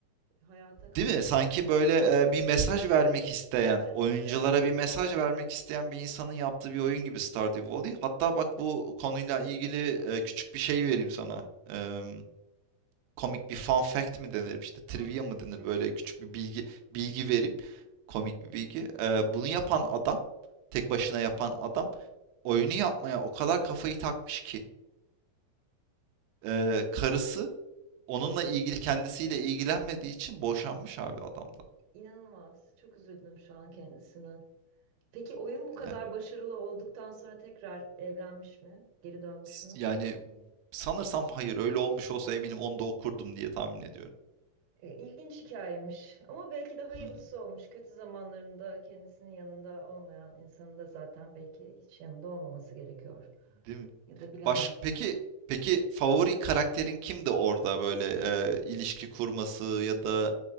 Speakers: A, on the right; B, on the right.
A: e, hayata karşı
B: Değil mi? Sanki
A: bir
B: böyle e, bir mesaj vermek isteyen,
A: evet
B: oyunculara
A: evet
B: bir mesaj vermek isteyen bir insanın yaptığı bir oyun gibi Stardew Valley. Hatta bak bu konuyla ilgili e, küçük bir şey vereyim sana. Eee, komik bir fun fact mi denir, işte trivia
A: fun fact
B: mı denir
A: trivia.
B: böyle küçük bir bilgi bilgi vereyim. Komik bir bilgi. Eee, bunu yapan adam, tek başına yapan adam oyunu yapmaya o kadar kafayı takmış ki eee,
A: Evet,
B: karısı onunla ilgili kendisiyle ilgilenmediği için boşanmış abi adamdan.
A: inanılmaz. Çok üzüldüm şu an kendisine. Peki oyun bu kadar
B: Yani
A: başarılı olduktan sonra tekrar evlenmiş mi? Geri dönmüş
B: S-
A: mü?
B: Yani sanırsam hayır öyle olmuş olsa eminim onu da okurdum diye tahmin ediyorum.
A: E, İlginç hikayemiş ama belki de hayırlısı
B: Hmm.
A: olmuş. Kötü zamanlarında kendisinin yanında olmayan insanın da zaten belki hiç yanında olmaması gerekiyor.
B: Değil mi?
A: Ya da bilemem.
B: Baş peki peki favori karakterin kimdi orada böyle e, ilişki kurması ya da